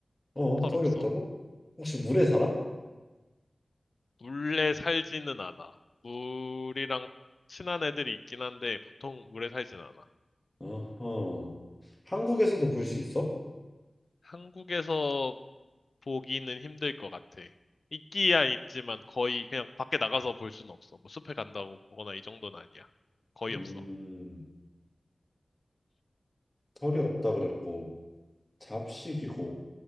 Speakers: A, on the left; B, on the left.
A: 어,
B: 털
A: 털이
B: 없어.
A: 없다고? 혹시 물에 살아?
B: 물에 살지는 않아. 물이랑 친한 애들이 있긴 한데 보통 물에 살진 않아.
A: 어허. 한국에서도 볼 수 있어?
B: 한국에서 보기는 힘들 것 같아. 있기야 있지만 거의 그냥 밖에 나가서 볼 수는 없어. 뭐 숲에 간다고 보거나 이 정도는 아니야. 거의
A: 음.
B: 없어.
A: 털이 없다 그랬고 잡식이고